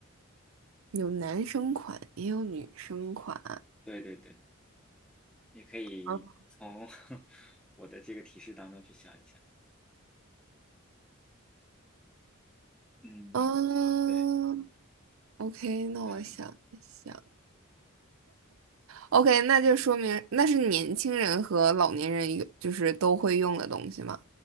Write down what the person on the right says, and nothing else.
有男生款，也有女生款。
啊
嗯
，OK，那我想一想
，OK，那就说明那是年轻人和老年人有，就是都会用的东西嘛，